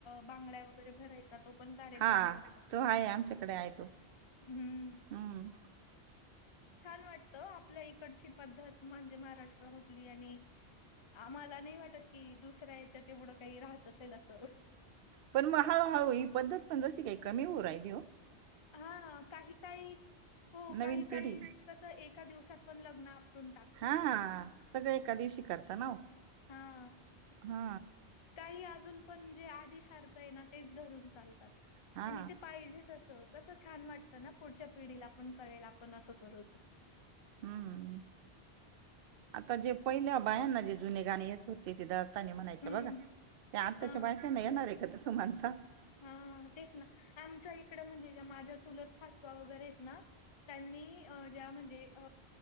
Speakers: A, on the left; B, on the right.
A: बांगड्या वगैरे भरायचा तो पण कार्यक्रम
B: हा
A: करतात
B: तो आहे आमच्याकडे आहे तो
A: हम्म...
B: हम्म
A: छान वाटतं आपल्या इकडची पद्धत म्हणजे महाराष्ट्रामधली आणि आम्हाला नाही वाटत कि दुसऱ्यायाच्या तेवढं काही राहत असेल असं....
B: पण मग हळूहळू ही पद्धत पण जशी काही कमी होइ.. <unintelligible> देऊ
A: हा काही काही हो
B: नवीन
A: काही काही
B: पिढी
A: तस एक... एका दिवसात पण लग्न.... टाकतात
B: हा सगळे एकादवशी.... करता नाऊ...
A: हा
B: हा....
A: काही अजून पण जे आधी सारखं आहे ना तेच धरून चालतात....
B: हा
A: आणि ते पाहिजे तस कस छान वाटत... ना पुढच्या पिढीला आपण कळेल आपण असं करू तर..
B: हम्म आता जे पहिल्या बायांना जे... जुने गाणी येत होते तिथ.. म्हणायच्या
A: हम्म
B: बघा ते आत्ताच्या
A: हा
B: बायकांना येणार आहे का तस... सुमता...
A: हा तेच ना आमच्या इकडं म्हणजे... माझ्या... चुलत सासवा वगैरे आहेत ना त्यांनी ज्या म्हणजे अ...